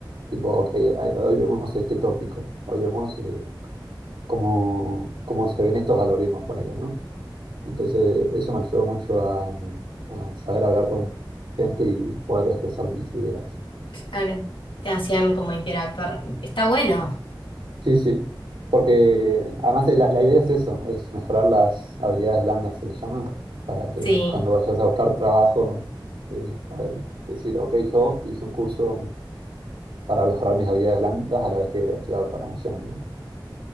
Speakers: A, on the right (about 85°); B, on the left (about 80°).
A: Tipo, ok, hay- hoy vemos este tópico, hoy vemos eh, cómo, cómo se ven estos algoritmos, ponele, ¿no? Entonces, eso me ayudó mucho a, a saber hablar con gente y poder expresar mis ideas.
B: Claro, te hacían como interactuar. Está bueno,
A: Sí, sí, porque además es la, la idea es eso, es mejorar las habilidades blandas, se le llama, para que
B: sí.
A: cuando vayas a buscar trabajo, eh, poder decir, ok, yo hice un curso para mejorar mis habilidades blandas a la vez que estudiaba programación. ¿no?